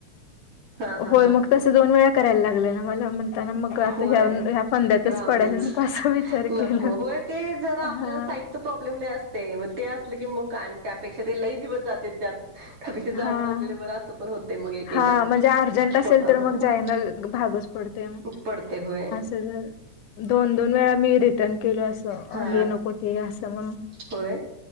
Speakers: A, on the right; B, on the left.
A: हा हा
B: हो
A: हा
B: मग तस दोन वेळा करायला लागलं. मला म्हणताना मग
A: होय
B: आता ह्या फद्यातच
A: राहू
B: पडायला
A: देच
B: नको असा विचार
A: नको
B: केला.
A: होय ते जरा आपल्याला
B: हा
A: साईज प्रॉब्लेम ल असते मग ते असल की मग आणि त्यापेक्षा ते लई दिवस जाते त्यात. त्यापेक्ष जाऊन
B: हा
A: आणलेले बर असं पण होत. मग एक
B: हा
A: एकदा
B: म्हणजे अर्जंट असेल
A: फोटा
B: तर
A: नकोट
B: मग जायला भागच पडतोय मग
A: पडते होय.
B: <unintelligible> दोन दोन वेळा मी रिटर्न केलो असं
A: हा
B: हे नको ते असं मग.
A: होय